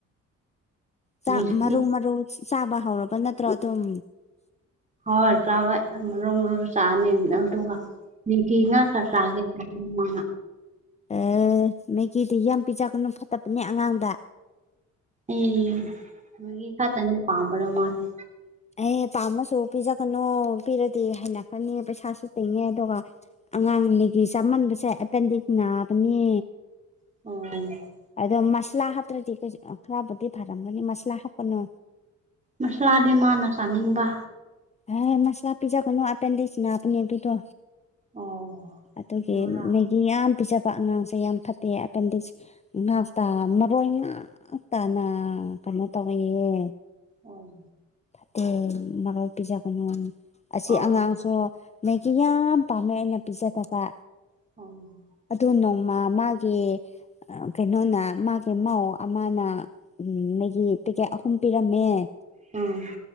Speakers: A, on the left; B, on the right.
A: ꯆꯥꯛ
B: ꯃꯦꯒꯤ
A: ꯃꯔꯨ ꯃꯔꯨ ꯆꯥꯕ ꯍꯧꯔꯕ ꯅꯠꯇ꯭ꯔꯣ ꯑꯗꯨꯝ
B: ꯍꯣꯏ ꯆꯥꯕ ꯃꯔꯨ ꯃꯔꯨ ꯆꯥꯅꯤ ꯑꯗꯨꯒ ꯃꯦꯒꯤ ꯉꯥꯛꯇꯥ ꯆꯥꯒꯦ ꯃꯥꯅ
A: ꯑꯦ ꯃꯦꯒꯤꯗꯤ ꯌꯥꯝ ꯄꯤꯖꯥꯒꯅꯨ ꯐꯠꯇꯕꯅꯦ ꯑꯉꯥꯡꯗ
B: ꯎꯝ ꯃꯦꯒꯤ ꯈꯛꯇꯅꯦ ꯄꯥꯝꯕꯔꯣ ꯃꯥꯁꯦ
A: ꯑꯩ ꯄꯥꯝꯃꯁꯨ ꯄꯤꯖꯒꯅꯨ ꯄꯤꯔꯗꯤ ꯍꯩꯅꯈꯔꯅꯤ ꯄꯩꯁꯥꯁꯨ ꯇꯤꯡꯉꯦ ꯑꯗꯨꯒ ꯑꯉꯥꯡꯅ ꯃꯦꯒꯤ ꯆꯥꯃꯟꯕꯁꯦ ꯑꯦꯄꯦꯟꯗꯤꯛ ꯅꯥꯕꯅꯦ
B: ꯑꯣ
A: ꯑꯗꯣ ꯃꯁꯥꯂꯥ ꯍꯥꯞꯇ꯭ꯔꯗꯤ ꯀꯩꯁꯨ ꯑꯥ ꯈꯔꯕꯨꯗꯤ ꯐꯔꯝꯒꯅꯤ ꯃꯁꯥꯂꯥ ꯍꯥꯞꯀꯅꯨ
B: ꯃꯁꯥꯂꯥꯗꯤ ꯃꯥꯅ ꯆꯥꯅꯤꯡꯕ
A: ꯑꯦ ꯃꯁꯥꯂꯥ ꯄꯤꯖꯥꯒꯅꯨ ꯑꯦꯄꯦꯟꯗꯤꯛꯁ ꯅꯥꯒꯅꯤ ꯑꯗꯨꯗꯣ
B: ꯑꯣ
A: ꯑꯗꯨꯒꯤ
B: ꯑꯗꯨꯔꯥ
A: ꯃꯦꯒꯤ ꯌꯥꯝ ꯄꯤꯖꯕ ꯑꯉꯥꯡꯁꯦ ꯌꯥꯝ ꯐꯠꯇꯦ ꯑꯦꯄꯦꯟꯗꯤꯛꯁ ꯉꯥꯁꯇ ꯃꯔꯣꯏ ꯉꯥꯛꯇꯅ ꯀꯩꯅꯣ ꯇꯧꯑꯦꯌꯦ
B: ꯑꯣꯝ
A: ꯐꯠꯇꯦ ꯃꯔꯣꯢ ꯄꯤꯖꯒꯅꯣ ꯑꯁꯤ
B: ꯑꯣ
A: ꯑꯉꯥꯡꯁꯨ ꯃꯦꯒꯤ ꯌꯥꯝ ꯄꯥꯝꯃꯦ ꯑꯩꯅ ꯄꯤꯖꯥꯗꯕ
B: <inaudible>
A: ꯑꯗꯨ ꯅꯣꯡꯃ ꯃꯥꯒꯤ ꯀꯩꯅꯣꯅ ꯃꯥꯒꯤ ꯃꯧ ꯑꯃꯅ ꯎꯝ ꯃꯦꯒꯤ ꯄꯦꯛꯀꯦꯠ ꯑꯍꯨꯝ ꯄꯤꯔꯝꯃꯦ
B: ꯎꯝ